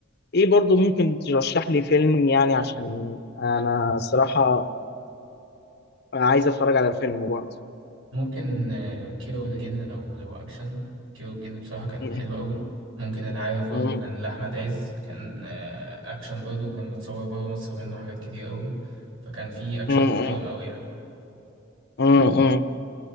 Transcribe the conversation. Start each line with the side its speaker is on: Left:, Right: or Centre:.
Left: إيه برضو ممكن ترشح لي فيلم يعني عشان أنا الصراحة عايز أتفرج على فيلم برضه
Right: ممكن آه، كيرة والجن لو لو أكشن كيرة والجن بصراحة كان
Left: م-
Right: حلو قوي ممكن العارف برضه
Left: م-
Right: كان لأحمد عز كان آه، أكشن برضه وكان متصور بره مصر منه حاجات كتير قوي فكان في أكشن
Left: م-
Right: محترم قوي يعني
Left: م- م. م.